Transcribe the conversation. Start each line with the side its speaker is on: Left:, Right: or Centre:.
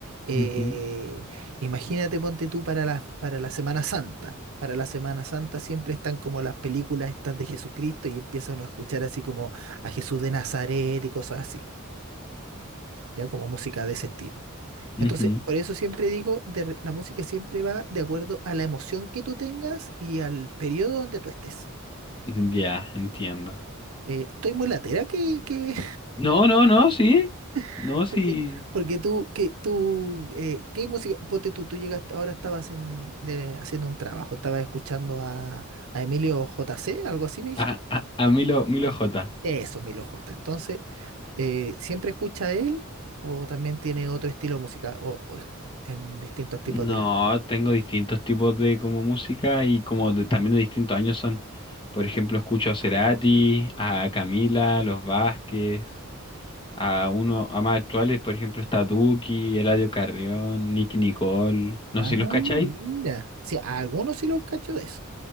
Right: Eh,
Left: ujú,
Right: imagínate, ponte tú para la, para la Semana Santa. Para la Semana Santa siempre están como las películas estas de Jesucristo y empieza uno a escuchar así como a Jesús de Nazaret y cosas así, ¿ya? Como música de ese estilo.
Left: ujú.
Right: Entonces, por eso siempre digo, de re- la música siempre va de acuerdo a la emoción que tú tengas y al periodo donde tú estés.
Left: Ya, entiendo.
Right: Eh, estoy muy latera que, que
Left: No, no, no, sí. No,
Right: <laughs>
Left: sí.
Right: porque, porque tú, que tú, eh, ¿qué música? Ponte tú, tú llegaste, ahora estabas en, de- haciendo un trabajo, estabas escuchando a, a Emilio J C, algo así me dijiste.
Left: A, a, a Milo, Milo J.
Right: Eso, Milo J. Entonces, eh, siempre escucha a él o también tiene otro estilo de música o, o es- en distintos tipos
Left: No,
Right: de la...
Left: tengo distintos tipos de como música y como de- también de distintos años son. Por ejemplo, escucho a Cerati, a Camila, los Vázquez, a uno, a más actuales, por ejemplo, está Duki, Eladio Carrión, Nicky Nicole. No
Right: Ah,
Left: sé si los cacháis.
Right: mira. Sí, a algunos sí los cacho de eso.